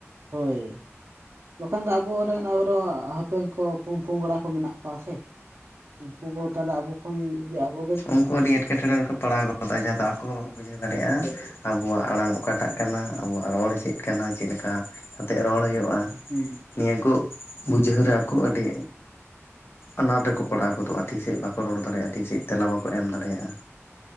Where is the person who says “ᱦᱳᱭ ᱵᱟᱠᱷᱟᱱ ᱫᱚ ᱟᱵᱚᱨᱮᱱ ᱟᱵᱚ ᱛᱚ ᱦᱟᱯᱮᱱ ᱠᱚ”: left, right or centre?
Right